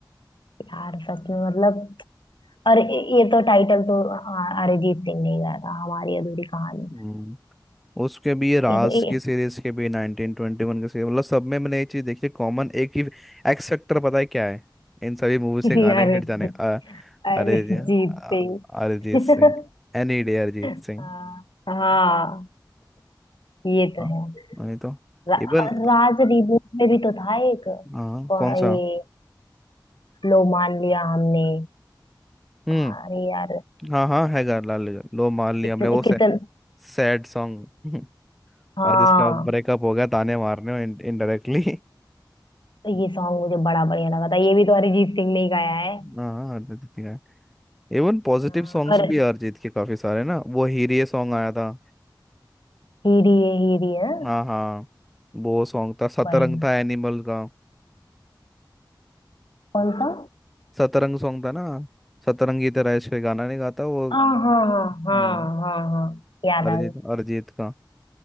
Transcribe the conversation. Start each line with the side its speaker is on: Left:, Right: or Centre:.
Left: यार सच में मतलब और ये ये तो टाइटल तो अ- अरिजीत सिंह ने ही गाया था हमारी अधूरी कहानी
Centre: हम्म उसके भी ये राज
Left: ये तो ये
Centre: की सीरीज के भी नाइनटीन ट्वेंटी वन के सीरीज मतलब सब में मैंने एक चीज देखी है कॉमन एक ही एक्स फैक्टर पता है क्या है इन सभी मूवी
Left: <laughs>
Centre: से
Left: अरिजीत
Centre: गाने हिट जाने अ-
Left: अरिजीत
Centre: अरे जी अ-
Left: सिंह
Centre: अरिजीत सिंह
Left: <laughs>
Centre: Any day Arijit
Left: हाँ
Centre: Singh
Left: हाँ, ये तो
Centre: हाँ,
Left: है
Centre: नहीं तो
Left: रा,
Centre: इवन
Left: राज रिबूट में भी तो था एक
Centre: हाँ
Left: कौन-
Centre: कौन सा
Left: ये लो मान लिया हमने
Centre: हम्म
Left: था अरे यार
Centre: हाँ हाँ है गा लाल लो मान लिया
Left: कितने
Centre: हमने वो से,
Left: कितने
Centre: सैड सॉन्ग <laughs>
Left: हाँ
Centre: और जिसका ब्रेकअप <laughs> हो गया ताने मारने इनडायरेक्टली
Left: तो ये सॉन्ग मुझे बड़ा बढ़िया लगा था ये भी तो अरिजीत सिंह ने ही गाया है
Centre: <laughs> हाँ हाँ, अरिजीत सिंह है। इवन पॉजिटिव
Left: हाँ,
Centre: सॉन्ग्स
Left: और
Centre: भी है अरिजीत के काफी सारे ना वो हीरे सॉन्ग आया था
Left: हीरी है हीरी है
Centre: हाँ हाँ वो सॉन्ग था सतरंग
Left: बढ़िया
Centre: था एनिमल का
Left: कौन सा
Centre: सतरंग सॉन्ग था ना सतरंगी तरह इश्क गाना नहीं गाता वो
Left: हाँ हाँ हाँ हाँ
Centre: हम्म,
Left: हाँ हाँ याद
Centre: अरिजीत
Left: आ गया
Centre: अरिजीत का